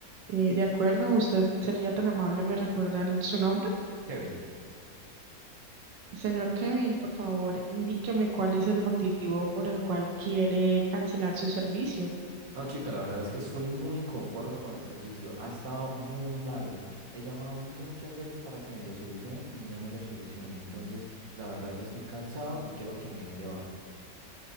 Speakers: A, on the right; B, on the right.
A: Eh, de acuerdo, usted sería tan amable, ¿me recuerda el- su nombre?
B: Kevin,
A: Señor Kevin, por favor, indíqueme cuál es el motivo por el cual quiere cancelar su servicio.
B: No, chica, la verdad es que estoy muy inconforme con el servicio. Ha estado muy malo. He llamado muchas veces para que me lo solucionen y no me lo solucionen. Entonces, la verdad ya estoy cansado y quiero que me den de baja.